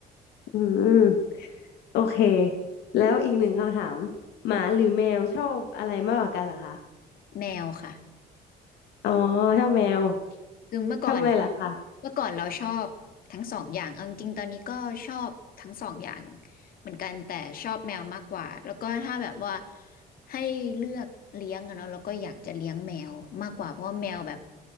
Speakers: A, on the left; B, on the left.
A: อืม โอเค แล้วอีกหนึ่งคำถามหมาหรือแมวชอบอะไรมากกว่ากันเหรอคะ
B: แมวค่ะ
A: อ๋อชอบแมว
B: คือเมื่อก่อน
A: ทำไมล่ะคะ
B: เมื่อก่อนเราชอบทั้งสองอย่างเอาจริงๆตอนนี้ก็ชอบทั้งสองอย่างเหมือนกันแต่ชอบแมวมากกว่าแล้วก็ถ้าแบบว่าให้เลือกเลี้ยงอะเนาะเราก็อยากจะเลี้ยงแมวมากกว่าเพราะว่าแมวแบบ